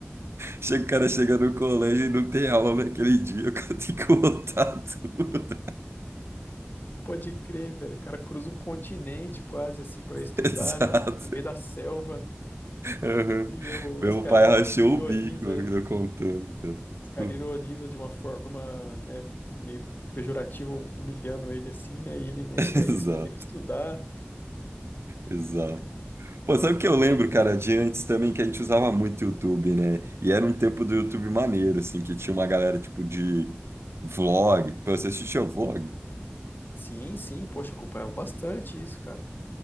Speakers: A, on the right; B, on the left.
A: chega, o cara chega no colégio e não tem aula naquele dia, o cara tem que voltar tudo.
B: Pode crer, velho. O cara cruza um continente quase assim pra estudar,
A: <laughs> Exato.
B: né? No meio da selva.
A: Aham.
B: E eu-
A: Meu
B: os caras
A: pai rachou
B: ironizam,
A: o bico, eu
B: né?
A: contando, cara.
B: Os caras
A: Tudo.
B: ironizam de uma forma, né, meio pejorativa, humilhando ele assim, né? E ele nem
A: <laughs> Exato,
B: aí, só queria estudar.
A: exato. Pô, sabe o que eu lembro,
B: Poxa, cara.
A: cara, de antes também que a gente usava muito YouTube, né? E era um tempo do YouTube maneiro, assim, que tinha uma galera tipo de vlog. Pô, você assistia vlog?
B: Sim, sim, poxa, eu acompanhava bastante isso, cara.